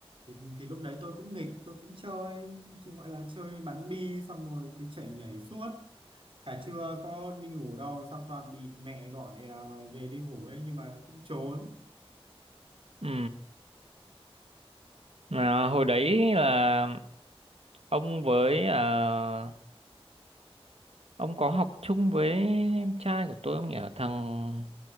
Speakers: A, on the right (about 55°); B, on the right (about 75°).
A: thì thì lúc đấy tôi cũng nghịch tôi cũng chơi chỉ gọi là chơi bắn bi xong rồi cứ chạy nhảy suốt cả trưa có đi ngủ đâu xong toàn bị mẹ gọi ờ, về đi ngủ ấy nhưng mà cũng trốn
B: Ừ. Mà hồi đấy là ông với à, ông có học chung với em trai của tôi không nhỉ thằng